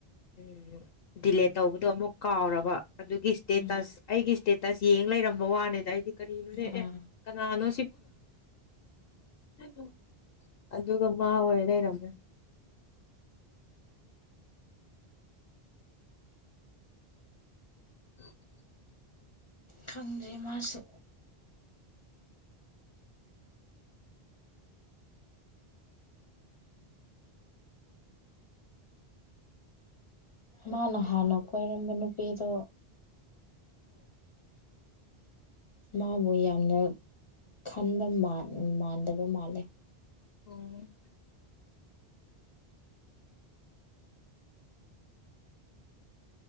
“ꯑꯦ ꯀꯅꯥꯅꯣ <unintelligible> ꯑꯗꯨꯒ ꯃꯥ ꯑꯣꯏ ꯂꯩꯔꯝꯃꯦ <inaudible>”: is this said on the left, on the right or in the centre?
Left